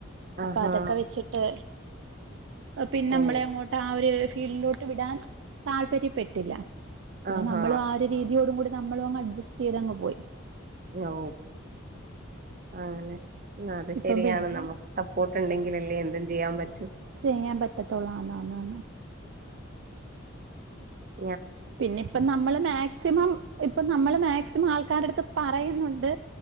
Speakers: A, on the right (about 45°); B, on the right (about 65°).
A: ആഹാ
B: അപ്പൊ അതൊക്കെ വെച്ചിട്ട് പിന്നെ നമ്മളെ
A: ഓ
B: അങ്ങോട്ട് ആ ഒരു ഫീൽഡിലോട്ട് വിടാൻ താല്പര്യപ്പെട്ടില്ല പിന്നെ
A: ആഹാ
B: നമ്മള ആ ഒരു രീതിയോടും കൂടി നമ്മള അങ്ങ് അഡ്ജസ്റ്റ് ചെയ്തങ് പോയി
A: ഓ അനെ അത്
B: ഇപ്പം
A: ശരിയാണ്
B: പിന്നെ
A: നമുക്ക് സപ്പോർട്ട് ഉണ്ടെങ്കില അല്ലേ എന്തും ചെയ്യാൻ പറ്റ
B: ചെയ്യാൻ പറ്റത്തുള്ളൂന്നാന്നന്ന
A: ശ
B: പിന്നെ ഇപ്പ നമ്മള് മാക്സിമം ഇപ്പ നമ്മള് മാക് ക്സിമം ആൾക്കാരു അടുത്ത് പറയുന്നുണ്ട്